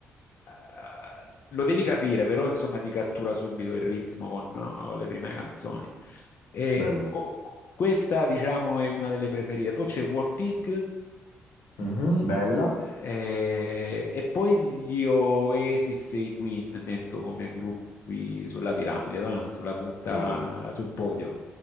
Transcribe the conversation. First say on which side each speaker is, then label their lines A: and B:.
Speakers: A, on the left; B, on the left.
A: eh, lo devi capire, però insomma ti cattura subito il ritmo con, con le prime canzoni. E
B: bello.
A: co- questa, diciamo, è una delle preferite. Poi c'è War Pig
B: Mhm, bella.
A: eh, e poi gli Oasis e i Queen metto come gruppi sulla piramide, va? Sulla punta,
B: E,
A: sul podio.